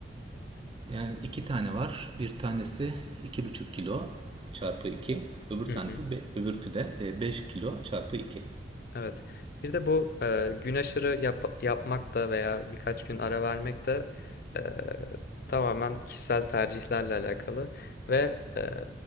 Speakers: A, on the right; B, on the left.
A: Yani iki tane var. Bir tanesi iki buçuk kilo çarpı iki. Öbür
B: Hı
A: tanesi
B: hı.
A: öbürkü de e, beş kilo çarpı iki.
B: Evet. Bir de bu e, gün aşırı yap- yapmak da veya birkaç gün ara vermek de e, tamamen kişisel tercihlerle alakalı ve e,